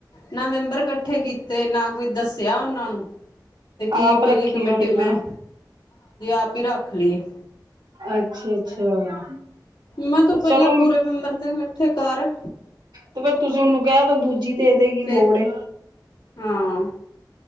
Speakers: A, on the left; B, on the right.
A: ਨਾ ਮੈਂਬਰ ਇਕੱਠੇ ਕੀਤੇ ਨਾ ਕੋਈ ਦੱਸਿਆ ਉਹਨਾਂ ਨੂੰ ਤੇ ਕੀ
B: ਆਪ
A: ਏ ਪਹਿਲੀ
B: ਰੱਖੀ
A: ਕਮੇਟੀੇ
B: ਹੋਣੀ ਨਾ।
A: ਮੈਂ ਆਪ ਹੀ ਰੱਖ ਲਈਏ।
B: ਅੱਛਾ! ਅੱਛਾ!
A: ਮੈਂ ਤੂੰ
B: ਪਰ
A: ਪਹਿਲਾਂ
B: ਚਲੋ ਮ
A: ਪੂਰੇ ਮੈਂਬਰ ਤੇ ਇਕੱਠੇ ਕਰ
B: ਤੇ ਫੇਰ ਤੁਸੀਂ ਓਨੂੰ ਕੈ ਦੋ ਦੂਜੀ ਦੇ ਦੇਗੀ
A: ਫੇਰ
B: ਲੋੜ ਏ।
A: ਹਾਂ।